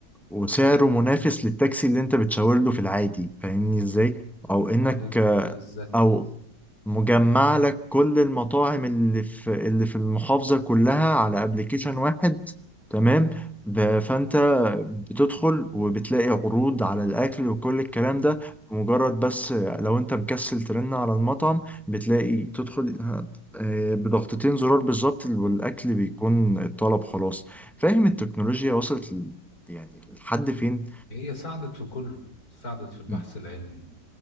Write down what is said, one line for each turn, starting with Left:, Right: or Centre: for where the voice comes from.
Centre: وسعره منافس للتاكسي اللي انت بتشاور له في العادي فاهمني ازاي او
Left: برافو
Centre: انك
Left: عليك
Centre: آه،
Left: النقل الذكي
Centre: او مجمع لك كل المطاعم اللي في اللي في المحافظة كلها على ابلكيشن واحد تمام ب- فانت بتدخل وبتلاقي عروض على الاكل وكل الكلام ده مجرد بس لو انت مكسل ترن على المطعم بتلاقي تدخل ه- آه، بضغطتين زرار بالظبط والاكل بيكون الطلب خلاص فاهم التكنولوجيا وصلت ل- يعني لحد فين؟
Left: هي ساعدت في كله ساعدت في البحث
Centre: م-
Left: العلمي